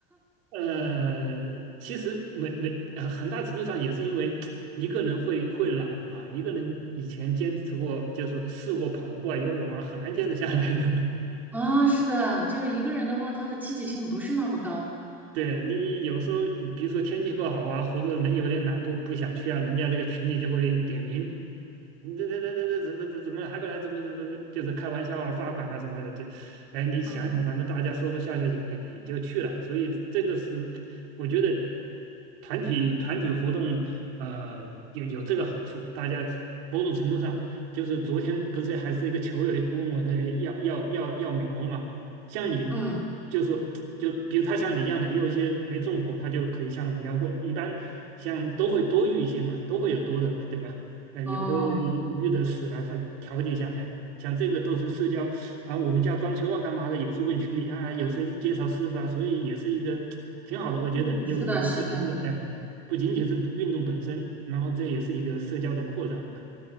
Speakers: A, on the right; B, in the centre.
A: 呃，其实没没，呃很大程度上也是因为一个人会会懒嘛，一个人以前坚持过，就是说试过跑步啊、游泳啊，很难坚持下来的。
B: 啊，是的，就是一个人的话，他的积极性不是那么高
A: <laughs> 对你有时候，你比如说天气不好啊，或者人有点懒不不想去啊，人家这个群里就会点名你这这这这这这、这、怎怎么还不来？怎么怎么怎么就是开玩笑啊，罚款啊什么的，就，哎，你想想，
B: 啊。
A: 反正大家说说笑笑也哎也就去了。所以这个是，我觉得团体团体活动，呃，有有这个好处，大家某种程度上就是昨天不是还是一个球友问我的要要要要苗嘛，像你就说就比如他像你一样的，
B: 嗯，
A: 也有一些没种活，他就可以向人家问，一般像都会多育一些嘛，都会有多的嘛，对吧？呃，
B: 哦，
A: 有的鱼的死了，他调节一下，哎，像这个都是社交啊，我们家装修啊，干嘛的也是问群里啊，有谁介绍师傅啊，所以也是一个挺好的，我觉得有有一个平等，
B: 嗯，是的，是的。
A: 哎哎，不仅仅是运动本身，然后这也是一个社交的扩展吧，